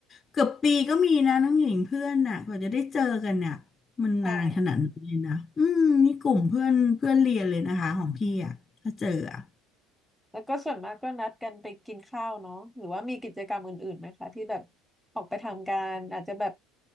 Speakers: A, on the left; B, in the centre.
A: เกือบปีก็มีนะน้องหญิงเพื่อนน่ะกว่าจะได้เจอกันน่ะมันนานขนาดนี้นเลยนะอืมนี่กลุ่มเพื่อนเพื่อนเรียนเลยนะคะของพี่อะถ้าเจออะ
B: ค่ะแล้วก็ส่วนมากก็นัดกันไปกินข้าวเนาะหรือว่ามีกิจกรรมอื่นๆไหมคะที่แบบออกไปทำกันอาจจะแบบ